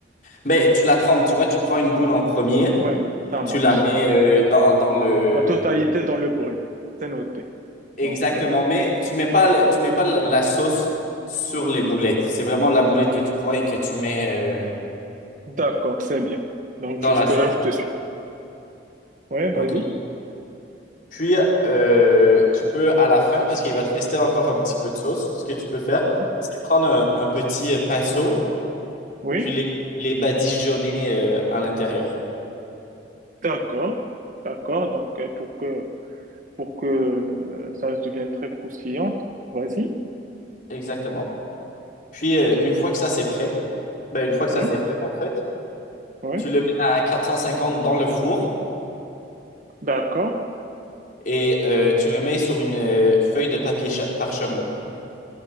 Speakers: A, on the left; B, on the right.
A: Mais tu la trempes, tu vois, tu prends une boule en premier
B: Ouais, ça
A: et tu
B: marche.
A: la mets euh, dans, dans le...
B: La totalité dans le bol. C'est noté.
A: Exactement,
B: Donc, euh,
A: mais tu mets pas, le- tu mets pas la la sauce sur les boulettes. C'est vraiment la boulette que tu prends et que tu mets euh,
B: d'accord, c'est bien. Donc
A: dans
B: jusque-là,
A: la sauce.
B: je te suis. Oui,
A: Ok.
B: vas-y.
A: Puis, euh, tu peux, à la fin, parce qu'il va te rester encore un petit peu de sauce, ce que tu peux faire,
B: Ouais.
A: c'est prendre un, un petit pinceau,
B: Oui.
A: puis les, les badigeonner euh, à l'intérieur.
B: D'accord, d'accord. Donc, euh, pour que, pour que euh, ça devienne très croustillante, vas-y.
A: Exactement. Puis, euh, une fois que ça c'est prêt, ben, une fois que
B: Oui,
A: ça c'est fait, en fait,
B: oui.
A: tu le mets à 450 dans le four
B: D'accord.
A: et euh, tu le mets sur une euh, feuille de papier cha- parchemin.